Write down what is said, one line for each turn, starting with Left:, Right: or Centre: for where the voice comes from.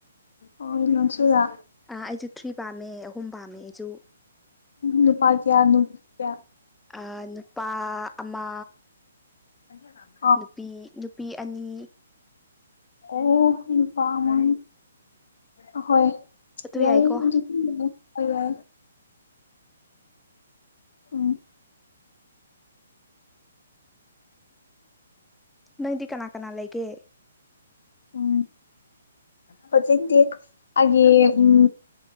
Left: ꯑꯣꯢ ꯅꯪꯁꯨꯔꯥ
Centre: ꯑꯥ ꯑꯩꯁꯨ ꯊ꯭ꯔꯤ ꯄꯥꯝꯃꯦ ꯑꯍꯨꯝ ꯄꯥꯝꯃꯦ ꯑꯩꯁꯨ
Left: ꯅꯨꯄꯥꯥ ꯀꯌꯥ ꯅꯨꯄꯤ ꯀꯌꯥ
Centre: ꯑ ꯅꯨꯄꯥ ꯑꯃ
Left: <unintelligible>
Centre: ꯅꯨꯄꯤ ꯅꯨꯄꯤ ꯑꯅꯤ
Left: ꯑꯣ ꯅꯨꯄꯥ ꯑꯃꯥ ꯑꯍꯣꯏ
Centre: ꯑꯗꯨ
Left: ꯌꯥꯏꯌꯦ
Centre: ꯌꯥꯏꯀꯣ
Left: ꯑꯗꯨꯗꯤ ꯑꯗꯨꯝ ꯑꯗꯨꯒ ꯎꯝ
Centre: ꯅꯪꯗꯤ ꯀꯅꯥ ꯀꯅꯥ ꯂꯩꯒꯦ
Left: ꯎꯝ ꯍꯧꯖꯤꯛꯇꯤ ꯑꯩꯒꯤ ꯎꯝ